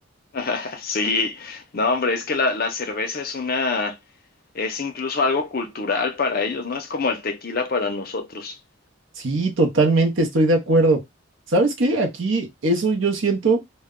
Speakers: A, on the left (about 45°); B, on the right (about 65°).
A: <laughs> sí, no, hombre, es que la, la cerveza es una, es incluso algo cultural para ellos, ¿no? Es como el tequila para nosotros.
B: Sí, totalmente, estoy de acuerdo. ¿Sabes qué? Aquí eso yo siento